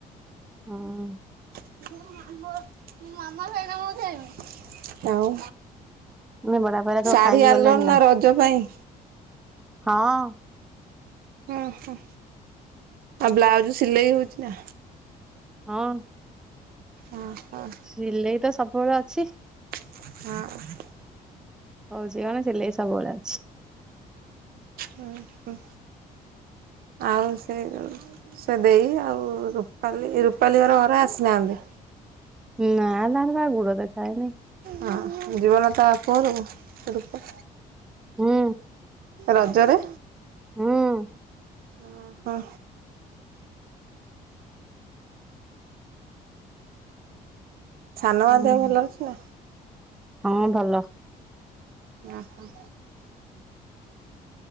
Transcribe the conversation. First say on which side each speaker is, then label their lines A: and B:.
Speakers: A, in the centre; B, on the right.
A: ହଁ।
B: ମୋ ମାମା ମୋ ମାମା ସହିତ ମୁଁ ଖେଳିବି। ଆଉ
A: ମାନେ ବଡା ପାରା ତ
B: ଶାଢୀ
A: ଖାଇକି
B: ଆଣିଲନି
A: ଗଲେଣି
B: ନା ରଜ ପାଇଁ?
A: ହଁ।
B: ଓହୋ ଆଉ ବ୍ଲାଉଜ ସିଲେଇ ହଉଚି ନା?
A: ହଁ।
B: ଅ ହୋ।
A: ସିଲେଇ ତ ସବୁବେଳେ ଅଛି।
B: ହଁ।
A: ହଉଚି ମାନେ ସିଲେଇ ସବୁବେଳେ ଅଛି।
B: ହୁଁ ହୁଁ ଆଉ ସେଇଯୋଉ ସେ ଦେଇ ଆଉ ରୁପାଲି ରୁପାଲି ହର ଘର ଆସିନାହାନ୍ତି।
A: ନା ନା ହେରା ବା ଗୁଡ ଦେଖାହେଇନି।
B: ହଁ ଯିବନା ତା ବାପ ଘରକୁ ରୂପା?
A: ହୁଁ
B: ରଜରେ
A: ହୁଁ।
B: ଉଁ ହୁଁ। ସାନ
A: ହୁଁ
B: ମା ଦେହ ଭଲ ଅଛି ନା?
A: ହଁ ଭଲ।
B: ଅ ହ।